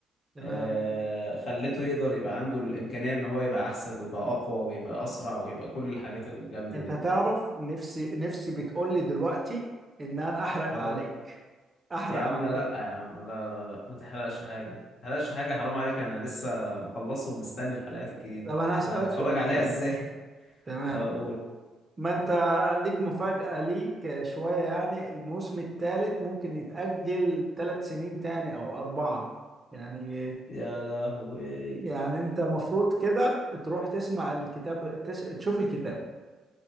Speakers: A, on the right; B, on the left.
A: تمام
B: آه، خلته يقدر يبقى عنده الإمكانية إن هو يبقى أحسن ويبقى أقوى ويبقى أسرع ويبقى كل الحاجات الجامدة
A: انت
B: دي
A: تعرف نفسي نفسي بتقول لي دلوقتي ان انا احرق
B: اه
A: عليك احرق
B: يا عم
A: على
B: لا
A: طول
B: يا عم لا لا لا ما تحرقش حاجة ما تحرقش حاجة حرام عليك أنا لسه مخلصه ومستني الحلقات الجديدة
A: طب انا هسألك
B: هتفرج
A: سؤال
B: عليها
A: كده
B: إزاي <laughs>
A: تمام
B: أقول
A: ما انت ليك مفاجأة ليك شوية يعني الموسم الثالث ممكن يتأجل ثلاث سنين تاني او اربعة يعني
B: يا لهوي
A: يعني انت مفروض كده تروح تسمع الكتاب تس... تشوف الكتاب